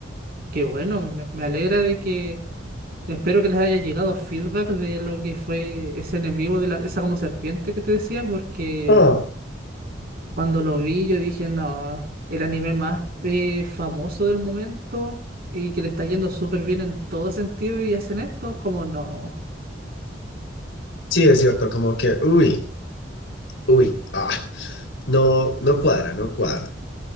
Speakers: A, on the right (about 55°); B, on the left (about 80°).
A: Qué bueno, me, me alegra de que. Espero que les haya llegado feedback de lo que fue ese enemigo de la, esa como serpiente que te decía, porque
B: Ah.
A: cuando lo vi yo dije, no, el anime más eh, famoso del momento y que le está yendo súper bien en todo sentido y hacen esto, como no.
B: Sí, es cierto, como que, uy, uy, ah, no, no cuadra, no cuadra.